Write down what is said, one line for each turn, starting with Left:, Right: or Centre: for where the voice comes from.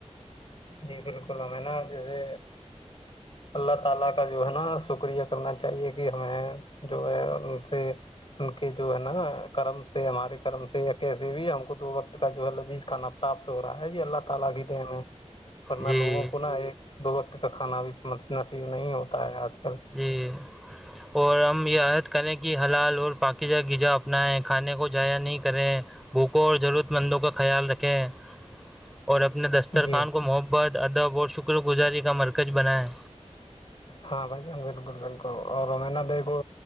Left: جی بالکل ہمیں نا جیسے اللہ تعالی کا جو ہے نا شکریہ کرنا چاہیے کہ ہمیں جو ہے ان کے جو ہے نا کرم سے ہمارے کرم سے یا کیسے بھی ہم کو دو وقت کا جو ہے لذیذ کھانا اب تو راہ ہے جی اللہ تعالی کی دین ہے نہ
Centre: جی
Left: لوگوں کو نا ایک دو وقت کا کھانا بھی نصیب نہیں ہوتا ہے آج کل
Centre: جی اور ہم یہ عہد کریں کہ حلال اور پاکیزہ گزا اپنائیں کھانے کو جایا نہیں کریں بھوکوں اور ضرورت مندوں کا خیال رکھیں اور اپنے دسترخان
Left: جی
Centre: کو محبت ادب اور شکر گزاری کا مرکز بنائیں
Left: ہاں بھائی جان بالکل بالکل اور ہمیں نا دیکھو